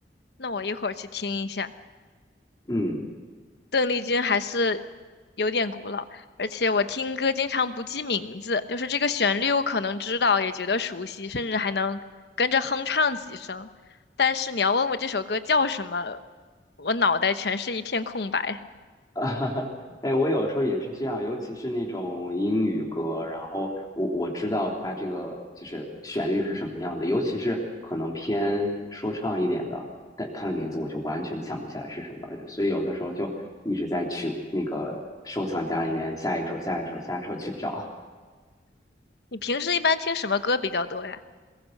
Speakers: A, on the left; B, on the left.
A: 那我一会儿去听一下。
B: 嗯。
A: 邓丽君还是有点古老，而且我听歌经常不记名字，就是这个旋律我可能知道，也觉得熟悉，甚至还能跟着哼唱几声。但是你要问我这首歌叫什么，我脑袋全是一片空白。
B: 啊，<laughs> 哎，我有时候也是这样，尤其是那种英语歌，然后我我知道它这个就是旋律是什么样的，尤其是可能偏说唱一点的，但它的名字我就完全想不起来是什么，所以有的时候就一直在去那个收藏夹里面下一首、下一首、下一首去找。
A: 你平时一般听什么歌比较多呀？